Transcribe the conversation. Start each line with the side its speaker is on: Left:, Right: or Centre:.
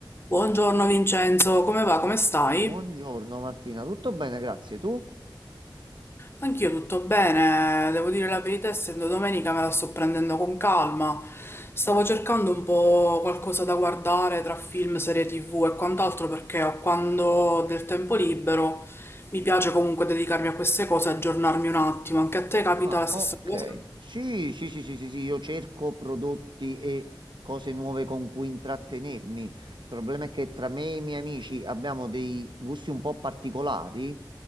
Left: Buongiorno Vincenzo, come va? Come stai?
Right: Buongiorno Martina, tutto bene, grazie. Tu?
Left: Anch'io tutto bene, devo dire la verità, essendo domenica me la sto prendendo con calma. Stavo cercando un po' qualcosa da guardare tra film, serie TV e quant'altro perché ho quando ho del tempo libero mi piace comunque dedicarmi a queste cose, aggiornarmi un attimo. Anche a te capita
Right: Ah,
Left: la stessa
Right: ok.
Left: cosa?
Right: Sì, sì, sì, sì, sì, sì, io cerco prodotti e cose nuove con cui intrattenermi. Il problema è che tra me e i miei amici abbiamo dei gusti un po' particolari.